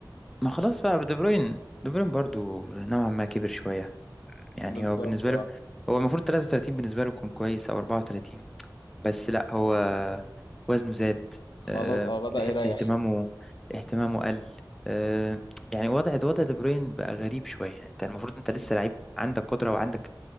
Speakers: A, in the centre; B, on the left (about 85°).
A: ما خلاص بقى دي بروين دي بروين برضو نوعا ما كبر شوية يعني
B: وبالظبط
A: هو بالنسبة
B: اه
A: له هو المفروض 33 بالنسبة له يكون كويس او 34 بس لا هو وزنه زاد
B: خلاص
A: آه،
B: اه بدأ
A: تحس
B: يريح
A: اهتمامه اهتمامه قل آه، يعني وضع وضع دي بروين بقى غريب شوية يعني انت المفروض انت لسه
B: مم.
A: لعيب عندك قدرة وعندك